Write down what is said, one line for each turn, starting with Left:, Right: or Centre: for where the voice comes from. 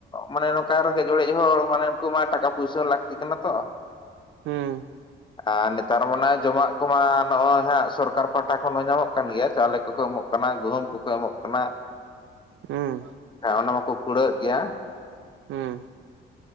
Left: ᱢᱟᱱᱮ ᱱᱚ ᱠᱟ ᱨᱮᱸᱜᱮᱡ ᱚᱲᱮᱡ ᱦᱚᱲ ᱢᱟᱱᱮ ᱩᱱᱠᱩ ᱢᱟ ᱴᱟᱠᱟ ᱯᱩᱭᱥᱟᱹ ᱦᱚᱸ ᱞᱟᱹᱠᱛᱤ ᱠᱟᱱᱟ ᱛᱚ᱾
Right: ᱦᱩᱸ
Left: ᱟᱨ ᱱᱮᱛᱟᱨ ᱢᱟᱱᱮ ᱡᱚᱢᱟᱜ ᱠᱚᱢᱟ ᱱᱚᱜᱼᱚᱭ ᱦᱟᱸᱜ ᱥᱚᱨᱠᱟᱨ ᱯᱟᱦᱴᱟ ᱠᱷᱚᱱ ᱦᱚᱸ ᱧᱟᱢᱚᱜ ᱠᱟᱱ ᱜᱮᱭᱟ ᱪᱟᱣᱞᱮ ᱠᱚᱠᱚ ᱮᱢᱚᱜ ᱠᱟᱱᱟ, ᱜᱩᱦᱩᱢ ᱠᱚᱠᱚ ᱮᱢᱚᱜ ᱠᱟᱱᱟ,
Right: ᱦᱩᱸ
Left: ᱟ ᱚᱱᱟ ᱢᱟᱠᱚ ᱠᱩᱲᱟᱹᱮᱫ ᱜᱮᱭᱟ᱾
Right: ᱦᱩᱸ᱾